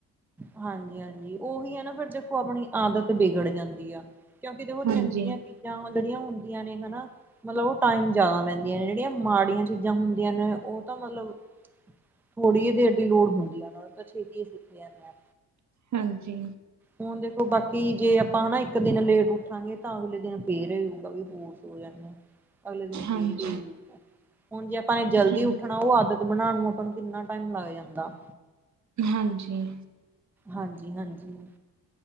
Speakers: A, in the centre; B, on the right.
A: ਹਾਂਜੀ-ਹਾਂਜੀ ਉਹੀ ਏ ਨਾ ਫਿਰ ਦੇਖੋ, ਆਪਣੀ ਆਦਤ ਵਿਗੜ ਜਾਂਦੀ ਆ ਕਿਉਂਕਿ ਦੇਖੋ
B: ਹਾਂਜੀ,
A: ਚੰਗੀਆਂ ਚੀਜ਼ਾਂ ਹੁਣ ਜਿਹੜੀਆਂ ਹੁੰਦੀਆਂ ਨੇ ਹਨਾ। ਮਤਲਬ ਉਹ ਟਾਈਮ ਜਿਆਦਾ ਲੈਂਦੀਆਂ ਨੇ ਜਿਹੜੀਆਂ ਮਾੜੀਆਂ ਚੀਜ਼ਾਂ ਹੁੰਦੀਆਂ ਨੇ ਉਹ ਤਾਂ ਮਤਲਬ ਥੋੜੀ ਦੇਰ ਦੀ ਲੋੜ ਹੁੰਦੀ ਆ, ਉਹਨਾਂ ਨੂੰ ਤਾਂ ਛੇਤੀ ਸਿੱਖ ਜਾਨੇ ਆ।
B: ਹਾਂਜੀ।
A: ਹੁਣ ਦੇਖੋ ਬਾਕੀ ਜੇ ਆਪਾਂ ਹਨਾ, ਇੱਕ ਦਿਨ ਲੇਟ ਉੱਠਾਂਗੇ ਤਾਂ ਅਗਲੇ ਦਿਨ ਫੇਰ ਹਊਗਾ ਵੀ ਹੋਰ ਸੋ ਹੋ ਜਾਂਦਾ ਐ, ਅਗਲੇ ਦਿਨ
B: ਹਾਂਜੀ,
A: ਫਿਰ ਇਹੀ ਹੋਵੇਗਾ ਹੁਣ ਜੇ ਨੇ ਜਲਦੀ
B: ਹਾਂਜੀ।
A: ਉੱਠਣਾ ਉਹ ਆਦ ਤ ਬਣਾਉਣ ਨੂੰ ਆਪਾਂ ਨੂੰ ਕਿੰਨਾ ਟਾਈਮ ਲੱਗ ਜਾਂਦਾ।
B: ਹਾਂਜੀ।
A: ਹਾਂਜੀ-ਹਾਂਜੀ।